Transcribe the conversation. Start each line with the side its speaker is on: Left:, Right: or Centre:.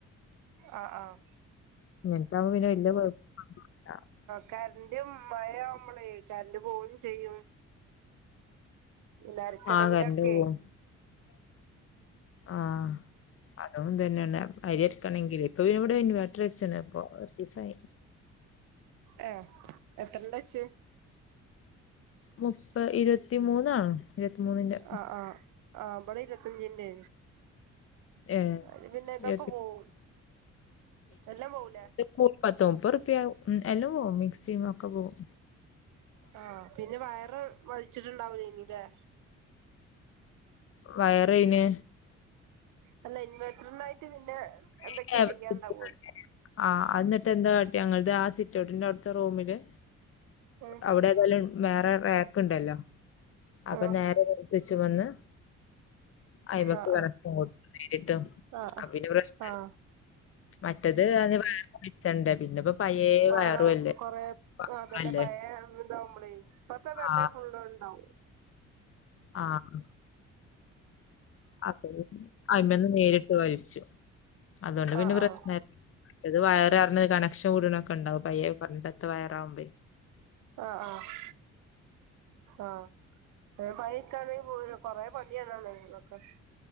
Right: ആഹ് ആഹ്
Left: ഇങ്ങനത്തൊവുമ്പോ പിന്നെ വല്ല കൊഴപ്പൊന്നുല്ല
Right: കരന്റും മഴയാ വുമ്പൽ കരന്റ് പോവും ചെയ്യും നരക്കണെങ്കിലൊക്കെ
Left: ആ കറന്റ് പോവും ആഹ് അതും തന്നെയാണ് അരിയരക്കണെങ്കിൽ ഇപ്പൊ ഇവിടെ ഇൻവെട്ടർ വെച്ച്ന് ഇപ്പ കൊറച്ചസായി
Right: ആഹ് എത്രണ്ട വച്ച്
Left: മുപ്പ ഇരുപത്തി മൂന്നാണ് ഇരുപത്തി മൂന്നിന്റെ
Right: ആഹ് ആഹ് ആഹ് ബടെ ഇരുപത്തഞ്ചിന്റെ
Left: ഏഹ്
Right: അയില് പിന്നെ ഇതൊക്കെ
Left: ഇരുപത്തി
Right: പോകും എല്ലാം പോവൂലേ
Left: മുപ്പത്തൊമ്പത് റുപ്യ എല്ലോ പോകും മിക്സി ഒക്കെ പോകും
Right: ആഹ് പിന്നെ വയറ് വലിച്ചിട്ടുണ്ടാവൂലേ ഇനല്ലേ
Left: വയറയിന്
Right: അല്ല ഇൻവെർട്ടറിനായിട്ട് പിന്നെ
Left: <unintelligible>
Right: എന്തൊക്കെയോ ചെയ്യാണ്ടാവോലോ
Left: ആഹ് എനിട്ട് എന്താ കാട്ടി ഞങ്ങളുടെ ആഹ് സിറ്റോട്ടിന്റെവിടുത്തെ റൂമില്
Right: ഏഹ്
Left: അവിടെ ഏതായാലും വേറെ റാക്ക് ഉണ്ടല്ലോ അപ്പൊ
Right: ആഹ്
Left: നേരെ ച്ച വന്ന് അയ്മക്ക്
Right: ആഹ്
Left: കണക്ഷൻ <unintelligible>
Right: ആഹ് ആഹ്
Left: അപ്പ്പിന്നെ പ്രശ്ന
Right: ആഹ്
Left: മറ്റത് <unintelligible> പിന്നെപ്പോ പഴയ
Right: പണം
Left: വയറും അല്ലേ
Right: കൊറെ അതെല്ലെ
Left: അല്ലേ
Right: ഭയ ഇന്താ നമ്മള പത്ത തന്നെ
Left: ആ
Right: ഫുള് ഉണ്ടാവും
Left: ആഹ് അഹ് അയ്മ്മന്ന് നേരിട്ട് വലച്ചു അതുകൊണ്ട് പിന്നെ
Right: ആഹ്
Left: പ്രശ്ന
Right: ആഹ്
Left: ത് വയർഞ്ഞത് കണക്ഷൻ കൂടണൊക്കെ ഉണ്ടാവും പയ്യെ പറഞ്ഞിട്ട് പണ്ടെത്തെ വയറ് ആവുമ്പയ
Right: ആഹ് ആഹ് ആഹ് അവൈക്കാണെങ്കി പോരും കൊറെേ പണിയാണ നിങ്ങളൊക്കെ